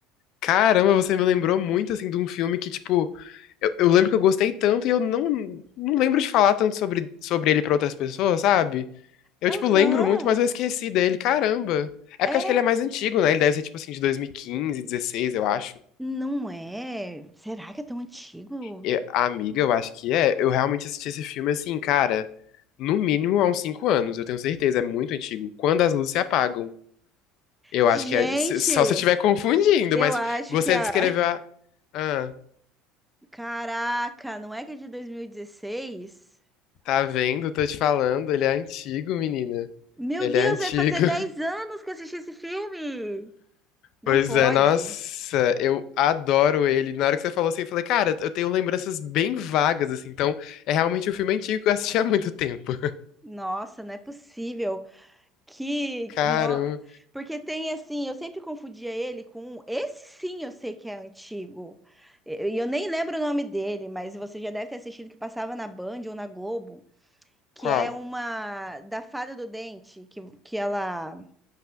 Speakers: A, on the left; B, in the centre.
A: Caramba, você me lembrou muito, assim, de um filme que, tipo, eu, eu lembro que eu gostei tanto e eu não, não lembro de falar tanto sobre, sobre ele pra outras pessoas, sabe? Eu,
B: Aham!
A: tipo, lembro muito, mas eu esqueci dele. Caramba. É
B: É,
A: porque acho que ele é mais antigo, né? Ele deve ser, tipo, assim, de 2015, 16, eu acho.
B: não é? Será que é tão antigo?
A: E a amiga, eu acho que é. Eu realmente assisti esse filme, assim, cara, no mínimo há uns 5 anos, eu tenho certeza. É muito antigo. Quando as luzes se apagam. Eu
B: Gente,
A: acho que é. se- Só se eu estiver confundindo,
B: eu
A: mas
B: acho
A: você
B: que a.
A: descreveu a. Ah,
B: Caraca, não é que é de 2016?
A: tá vendo? Tô te falando. Ele é antigo, menina.
B: Meu
A: Ele
B: Deus,
A: é antigo.
B: vai fazer
A: <laughs>
B: 10 anos que eu assisti esse filme! Não
A: Pois
B: pode.
A: é, nossa, eu adoro ele. Na hora que você falou assim, eu falei, cara, eu tenho lembranças bem vagas, assim. Então, é realmente um filme antigo que eu assisti há muito tempo. <laughs>
B: Nossa, não é possível. Que.
A: Caramba.
B: No... Porque tem assim, eu sempre confundia ele com. um- Esse sim eu sei que é antigo. E eu, eu nem lembro o nome dele, mas você já deve ter assistido que passava na Band ou na Globo, que
A: Qual?
B: é uma da Fada do Dente, que, que ela